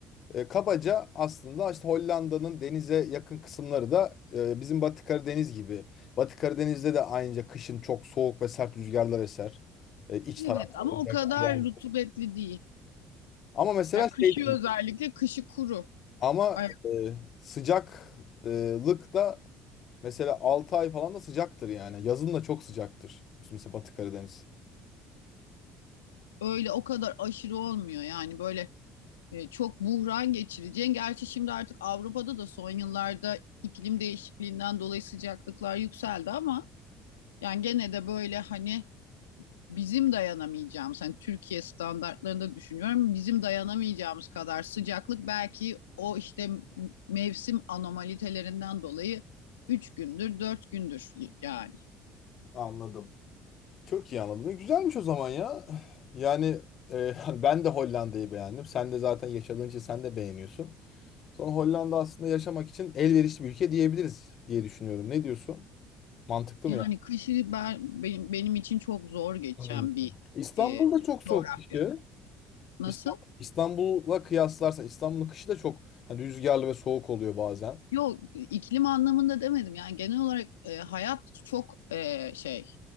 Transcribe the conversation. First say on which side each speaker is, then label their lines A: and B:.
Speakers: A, on the left; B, on the left.
A: e, kabaca aslında işte Hollanda'nın denize yakın kısımları da e, bizim Batı Karadeniz gibi. Batı Karadeniz'de de aynıca kışın çok soğuk ve sert rüzgarlar eser. E, iç
B: Evet
A: tarafta
B: ama
A: özellikle.
B: o kadar
A: Yani.
B: rutubetli değil.
A: Ama mesela
B: Ya kışı
A: şey de-
B: özellikle kışı kuru.
A: ama
B: Ay,
A: e, sıcaklık da mesela 6 ay falan da sıcaktır yani. Yazın da çok sıcaktır. Mesela Batı Karadeniz.
B: Öyle o kadar aşırı olmuyor yani böyle e, çok buhran geçireceğin. Gerçi şimdi artık Avrupa'da da son yıllarda iklim değişikliğinden dolayı sıcaklıklar yükseldi ama yani gene de böyle hani bizim dayanamayacağımız hani Türkiye standartlarında düşünüyorum bizim dayanamayacağımız kadar sıcaklık belki o işte mevsim anomalitalerinden dolayı 3 gündür 4 gündür yani.
A: Anladım. Çok iyi anladım. E, güzelmiş o zaman ya. Yani e, <laughs> ben de Hollanda'yı beğendim. Sen de zaten yaşadığın için sen de beğeniyorsun. Sonra Hollanda aslında yaşamak için elverişli bir ülke diyebiliriz diye düşünüyorum. Ne diyorsun? Mantıklı
B: Yani
A: mı yani?
B: kışı ben, benim, benim için çok zor geçen
A: Hmm.
B: bir
A: İstanbul'da
B: e,
A: çok soğuk
B: coğrafya.
A: kışı.
B: Nasıl?
A: İstanbul, İstanbul'la kıyaslarsan İstanbul'un kışı da çok hani rüzgarlı ve soğuk oluyor bazen.
B: Yok iklim anlamında demedim. Yani genel olarak e, hayat çok e, şey